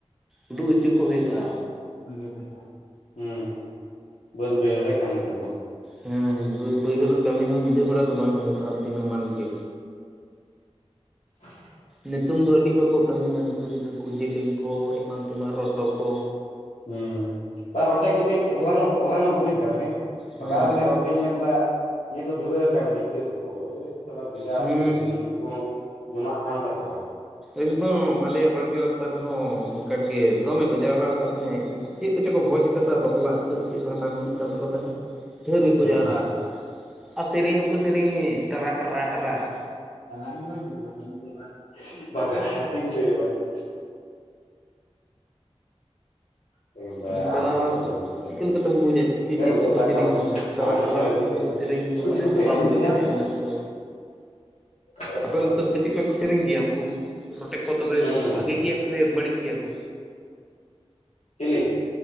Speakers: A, in the centre; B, on the left.
A: ᱩᱫᱩᱜ ᱦᱩᱪᱩ ᱠᱩ ᱦᱩᱭᱩᱜ-ᱟ᱾
B: ᱥᱟᱸᱜᱮ ᱵᱚᱭᱦᱟ ᱦᱩᱸ ᱵᱟᱹᱫᱽ ᱵᱟᱹᱭᱦᱟᱹᱲ ᱨᱮ ᱠᱟᱢᱤ ᱛᱟᱵᱩᱱ᱾
A: ᱦᱮᱸ ᱵᱟᱹᱫᱽ ᱵᱟᱹᱭᱦᱟᱹᱲ ᱨᱮ ᱠᱟᱢᱤ ᱫᱚ ᱧᱤᱫᱟᱹ ᱵᱮᱲᱟ ᱫᱚ ᱵᱟᱝ ᱦᱳᱭᱳᱜ-ᱟ ᱫᱤᱱᱟᱹᱢᱟᱱ ᱜᱮ᱾
B: <inaudible>
A: ᱱᱤᱛᱩᱝ ᱫᱚ ᱟᱹᱰᱤ ᱦᱚᱲ ᱠᱚ ᱠᱟᱹᱢᱤᱭᱟ ᱱᱤᱛᱩᱝ ᱦᱟᱹᱝᱠᱩ ᱡᱤᱞᱤᱝ ᱠᱚ ᱮᱢᱟᱱ ᱛᱮᱢᱟᱱ ᱨᱚᱴᱚ ᱠᱚ᱾
B: ᱦᱩᱸ ᱵᱟ ᱨᱚᱴᱮ ᱠᱚ ᱠᱟᱹᱡ ᱦᱚᱞᱟᱱᱚᱜ ᱦᱚᱞᱟᱱᱚᱜ ᱵᱩᱡᱽ ᱫᱟᱢ ᱦᱮᱸ ᱵᱟᱜᱟᱣ
A: ᱦᱮᱸ
B: ᱠᱟᱹᱱᱟᱹᱧ ᱨ ᱧᱮᱞ ᱫᱟ ᱤᱭᱟᱹ ᱠᱚ ᱫᱷᱩᱨᱟᱹ ᱠᱟᱱ ᱵᱤᱪᱟᱹᱨ ᱠᱚ ᱦᱟᱹᱴ ᱥᱟᱞᱟ ᱵᱤᱨᱟᱴ
A: ᱦᱮᱸ
B: ᱛᱚ ᱞᱟᱹᱭ ᱫᱟᱹᱧ ᱱᱩᱠᱩ ᱦᱚᱸ᱾ ᱡᱚᱢᱟᱜ ᱠᱟᱱ ᱛᱟᱠᱚᱣᱟ᱾
A: ᱮᱠᱫᱚᱢ ᱟᱞᱮᱭᱟᱜ ᱵᱟᱲᱜᱮ ᱚᱛᱛᱚ ᱨᱮᱦᱚᱸ ᱚᱱᱠᱟᱜ ᱜᱮ ᱫᱚᱢᱮ ᱠᱚ ᱡᱟᱣᱨᱟ ᱟᱠᱟᱱ ᱛᱟᱦᱮᱸᱫ ᱪᱮᱫ ᱠᱚᱪᱚ ᱠᱚ ᱵᱷᱚᱡᱽ ᱠᱟᱫᱟ ᱵᱟᱯᱞᱟ ᱥᱮ ᱪᱮᱫ ᱵᱷᱟᱸᱰᱟᱱ ᱦᱩᱭᱩᱜ ᱠᱟᱱ ᱛᱟᱠᱚ ᱛᱟᱦᱮᱸᱫ᱾ ᱰᱷᱮᱨ ᱜᱮᱠᱚ
B: ᱦᱩᱸ
A: ᱡᱟᱣᱨᱟ ᱟᱠᱟᱱ ᱛᱟᱦᱮᱸᱫ ᱟᱨ ᱥᱮᱨᱮᱧ ᱦᱚᱸᱠᱚ ᱥᱮᱨᱮᱧᱮ ᱴᱨᱟᱼᱟᱜ ᱴᱟᱨᱟᱜ ᱴᱨᱟᱼᱟᱜ
B: ᱟᱞᱟᱝ ᱜᱮᱞᱟᱝ ᱵᱩᱡᱷᱟᱹᱣᱟ ᱛᱮᱦᱮᱧ ᱫᱚ ᱪᱮᱫ ᱵᱟᱨ ᱵᱟᱵᱟ ᱦᱟᱹᱴᱤᱧ ᱪᱚᱭ ᱟᱞᱟᱝ ᱟ ᱢᱮᱱᱫᱟ
A: ᱚᱱᱠᱟ
B: ᱟᱢ ᱜᱮᱛᱚᱢ ᱵᱟᱹᱲᱤᱡ ᱠᱮᱫᱟ
A: ᱪᱤᱠᱟᱹ ᱞᱮᱠᱟᱛᱮᱢ ᱵᱩᱡᱟ ᱪᱤᱠᱟᱹ
B: ᱫᱮᱱ
A: ᱪᱮᱫ
B: ᱩᱫᱩᱜᱴᱟᱜᱽ
A: ᱠᱚᱠᱚ ᱥᱮᱨᱮᱧ
B: ᱛᱟᱞᱟᱝ
A: ᱮᱫᱟ
B: ᱢᱮ
A: ᱴᱟᱨᱟᱜ
B: ᱟᱞᱟᱝ
A: ᱴᱟᱨᱟᱜ
B: ᱜᱮᱞᱟᱝ
A: ᱨᱮᱱᱟᱜ
B: ᱧᱮᱞᱮᱭᱟ᱾
A: ᱫᱚ ᱥᱮᱨᱮᱧ
B: ᱪᱤᱠᱤ
A: ᱫᱚ ᱢᱟᱱᱮ
B: ᱪᱩᱠᱩᱛᱮ
A: ᱵᱟᱢ
B: ᱧᱮᱞ
A: ᱵᱩᱡᱽ ᱫᱟᱲᱮᱭᱟᱜᱼᱟ
B: ᱧᱟᱢ
A: ᱚᱱᱟ ᱠᱚᱫᱚ
B: ᱞᱟᱝᱼᱟᱭ
A: ᱟᱯᱮ ᱚᱱᱛᱮ
B: <unintelligible>
A: ᱛᱚᱵᱮ ᱪᱮᱫᱠᱟ ᱠᱚ ᱥᱮᱨᱮᱧ ᱜᱮᱭᱟ ᱩᱱᱠᱩ ᱨᱚᱴᱮ ᱠᱚ ᱛᱚᱵᱮ
B: ᱦᱩᱸ
A: ᱵᱷᱟᱜᱮ ᱜᱮᱭᱟ ᱠᱚ ᱥᱮ ᱵᱟᱹᱲᱤᱡ ᱜᱮᱭᱟ ᱠᱚ?
B: ᱪᱤᱞᱤ?